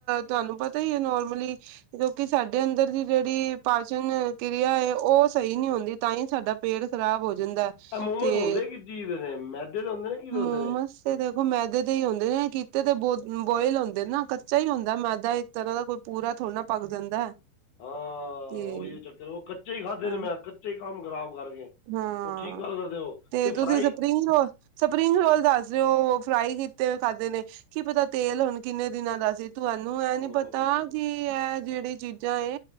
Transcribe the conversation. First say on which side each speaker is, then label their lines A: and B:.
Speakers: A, on the right (about 80°); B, on the left (about 65°).
A: ਤੁਹਾਨੂੰ ਪਤਾ ਹੀ ਹੈ ਨੋਰਮਲੀ ਕਿਉਂਕਿ ਸਾਡੇ ਅੰਦਰ ਦੀ ਜਿਹੜੀ ਪਾਚਣ ਕਿਰਿਆ। ਉਹ ਸਹੀ ਨਹੀਂ ਹੁੰਦੀ ਤਾਂ ਹੀ ਸਾਡਾ ਪੇਟ ਖ਼ਰਾਬ ਹੋ। ਜਾਂਦਾ
B: ਇਹ ਮੋਮ
A: ਤੇ
B: ਮਸ ਹੁਣਦੇ ਕਿਸ ਜੀਜ ਦੇ ਨੇ ਮੈਦੇ ਦੇ ਹੁੰਦੇ ਨੇ ਕੀ ਦੇ
A: ਮੋਮਸ
B: ਹੁੰਦੇ ਨੇ।
A: ਤੇ ਦੇਖੋ ਮੈਦੇ ਤੇ ਹੀ ਹੁੰਦੇ ਨੇ ਕੀਤੇ ਤੇ ਬ ਬੋਇਲ ਹੁੰਦੇ ਨਾ ਕੱਚਾ ਹੀ ਹੁੰਦਾ ਮੈਦਾ ਇੱਕ ਤਰ੍ਹਾਂ ਦਾ ਕੋਈ। ਪੂਰਾ ਥੋੜ੍ਹ ਨਾ ਪਗ ਜਾਂਦਾ ਹੈ।
B: ਹਾਂ
A: ਤੇ
B: ਉਹੀ ਚੱਕਰ ਉਹ ਕੱਚੇ ਹੀ ਖਾਧੇ
A: ਹਾਂ
B: ਨੇ ਮੈਂ ਕੱਚੇ ਹੀ ਕੰਮ ਖਰਾਬ ਕਰ ਗਏ
A: ਹਾਂ
B: ਉਹ ਠੀਕ ਗੱਲ ਕਰਦੇ ਹੋ ਅਤੇ
A: ਤੇ ਤੁਸੀਂ
B: fry
A: spring roll spring roll ਦੱਸ ਦਸ ਹੋ। ਫਰਾਈ ਕੀਤੇ ਖਾਧਦੇ ਨੇ ਕੀ ਪਤਾ ਤੇਲ ਹੁਣ ਕਿੰਨੇ ਦਿਨਾਂ ਦਾ ਸੀ। ਤੁਹਾਨੂੰ
B: ਓਹ
A: ਇਹ ਨੀ ਪਤਾ
B: ਹੋ ਹੋ ਹੋ
A: ਕਿ ਇਹ ਜਿਹੜੀ ਚੀਜ਼ਾਂ ਏ